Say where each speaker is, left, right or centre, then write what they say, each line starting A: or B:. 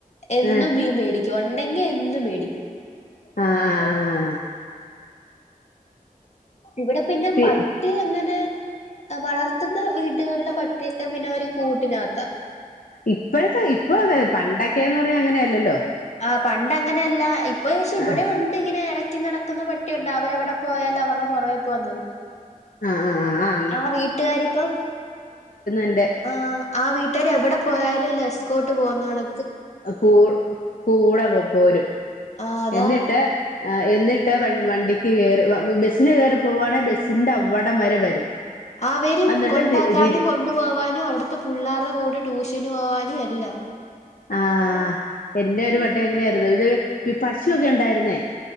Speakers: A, on the left (about 50°); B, on the left (about 70°).
A: എന്നും
B: ആഹ്
A: മീൻ മേടിക്കും ഉണ്ടെങ്കി എന്നും മേടിക്കും
B: ആ ആ ആ
A: ഇവിടെ പിന്നെ
B: പി
A: പട്ടി എങ്ങനെ വളർത്തുന്ന വീടുകളെ പട്ടിയൊക്കെ പിന്നെ അവര് കൂട്ടിനകത്ത
B: ഇപ്പോഴത്തെ ഇപ്പൊ പണ്ടൊക്കെന്ന് പറഞ്ഞ അങ്ങനെയല്ലോ
A: ആ പണ്ട അങ്ങനെയല്ല ഇപ്പൊ പക്ഷെ ഇവിടെ
B: ആഹ്
A: ഉണ്ട് ഇങ്ങനെ ഇ ക്കി നടക്കുന്ന പട്ടിയുണ്ട് അവരെവിടെ പോയാലും അവരുടെ പുറകേ പോന്നത്
B: ആഓ
A: ആ വീട്ടുകാരിപ്പ
B: എന്റെ
A: ആ ആ വീട്ടുകാാര് എവിടെ പോയാലും. ല്ലസ് ക്കോട്ട് പോന്നതാണ്.
B: കൂ കൂടെ പോരും
A: ആഹ് അതാ
B: എന്നിട്ട്. ആ എന്നിട്ട് വ വണ്ടിക്ക് കറി ബസ്സിന് കയറി പോവുകവാണെ ബസിന്റെ അവിടം വരെ വരും.
A: അവരും
B: എന്നിട്ട്
A: കൊണ്ടാക്കാനും.
B: തി തിരി
A: കൊണ്ടു പോവാനും. അവിടുത്തെ പിള്ളേരുടെ കൂടെ ട്യൂഷന് പോവാനും. എല്ലാം.
B: ആഹ എന്റെ ഒരു പട്ടി എങ്ങനെയായിരുന്നു. ഇത് പശുൊക്കെ ഉണ്ടായിരുന്നേ